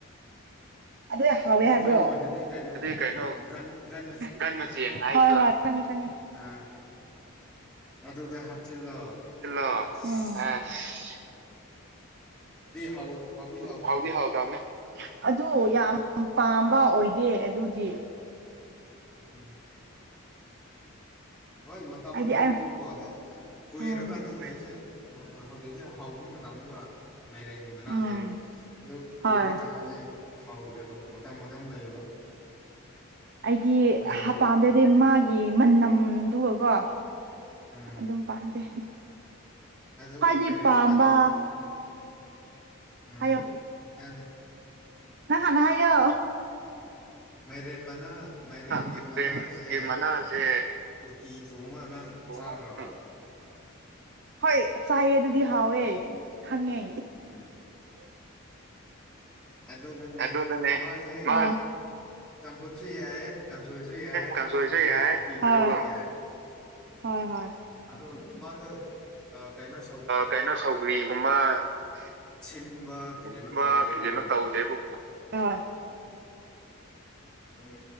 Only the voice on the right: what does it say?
ꯑꯗꯨꯗ ꯐꯥꯎꯋꯦ
ꯍꯥꯏꯕ꯭ꯔꯣ
ꯑꯗꯨ ꯀꯩꯅꯣ
ꯒꯟ ꯃꯆꯦꯡ ꯍꯣꯢ ꯈꯪꯉꯦ ꯈꯪꯉꯦ꯫
ꯇꯤꯜꯂꯣ
ꯑꯁ
ꯍꯥꯎꯗꯤ ꯍꯥꯎꯗꯝꯅ ꯑꯗꯨ ꯌꯥꯝ ꯄꯥꯝꯕ ꯑꯣꯏꯗꯦ ꯑꯗꯨꯗꯤ
ꯍꯥꯏꯗꯤ
ꯑꯩ
ꯎꯝ
ꯎꯝ
ꯍꯣꯏ
ꯑꯩꯒꯤ
ꯍꯥ ꯄꯥꯝꯗꯗꯤ ꯃꯥꯒꯤ ꯃꯅꯝꯗꯨꯒꯒꯣ
ꯑꯗꯨꯝ ꯄꯥꯝꯗꯦ
ꯍꯥꯏꯗꯤ
ꯄꯥꯝꯕ
ꯍꯥꯏꯌꯣ
ꯅꯪ ꯍꯥꯟꯅ ꯍꯥꯏꯌꯣ
ꯃꯥꯏꯔꯦꯟꯒꯤ
ꯃꯅꯥꯁꯦ
ꯊꯣꯡꯉꯒ
ꯍꯣꯏ ꯆꯥꯏꯌꯦ ꯑꯗꯨꯗꯤ ꯍꯥꯎꯋꯦ ꯈꯪꯉꯦ
ꯑꯗꯨꯗꯅꯦ
ꯃꯥꯁꯨ
ꯀꯥꯡꯁꯣꯏꯁꯨ
ꯌꯥꯏ
ꯍꯣꯏ
ꯍꯣꯏ ꯍꯣꯏ
ꯀꯩꯅꯣ ꯁꯧꯒ꯭ꯔꯤꯒꯨꯝꯕꯨꯝꯕ
ꯀꯩꯖꯅꯣ ꯇꯧꯗꯦꯕꯨ ꯑ